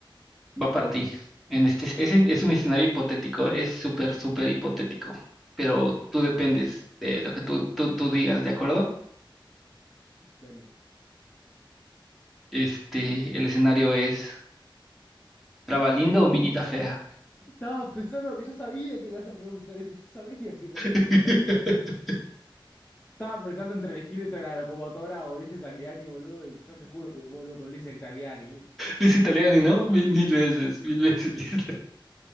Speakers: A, in the centre; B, on the left.
A: va para ti. En este, es, es un escenario hipotético, es súper, súper hipotético. Pero tú dependes de lo que tú, tú, tú digas, ¿de acuerdo?
B: Dale.
A: Este, el escenario es Trabalindo o Minita Fea.
B: Estaba pensando que yo sabía que me ibas a preguntar eso. Yo sabía que me
A: <laughs>
B: ibas a preguntar eso. Estaba pensando entre elegir entre la locomotora o Lisa Italiani, boludo, y yo te juro que vuelvo con Lisa Italiani.
A: Liz Italiani, ¿no? Mi- Mil, veces, mil veces. <laughs> Liz Italiani.